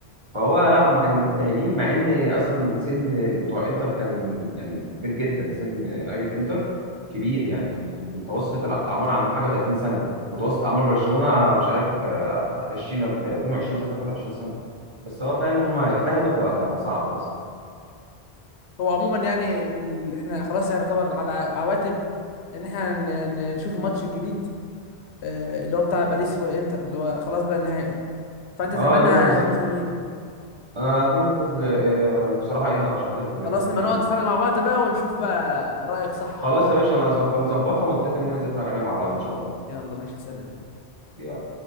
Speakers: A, on the right; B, on the left.
A: فهو
B: مم.
A: لا هم كانوا مجتهدين مع ان اصلا سن بتوع انتر كان يعني كبير جدا سن لعيبه انتر كبير يعني متوسط الاعمار عندهم حاجه و30 سنه متوسط اعمار برشلونه مش عارف آه، 20 ولا 22 سنه 23 سنه بس هو فاهم هم اجتهدوا فصعب بس
B: هو عموما يعني ال... احنا خلاص يعني يعتبر على عواتب ان احنا ن... ن- نشوف الماتش الجديد آه، اللي هو بتاع باريس وانتر اللي هو خلاص بقى النهائي فانت
A: اه
B: تتمنى
A: لازم
B: هتفوز
A: نز...
B: لمين
A: انا اتمنى الفوز ل- آه، بصراحه انتر عشان خاطر يعني
B: خلاص
A: مجتهدين
B: نبقى نقعد نتفرج مع بعض بقى ونشوف بقى رأيك صح
A: خلاص
B: ولا لا
A: يا باشا انا هظبط- نظبطها ونتفق ان احنا ننزل نتفرج عليه مع بعض ان شاء الله
B: يلا ماشي سلام
A: يلا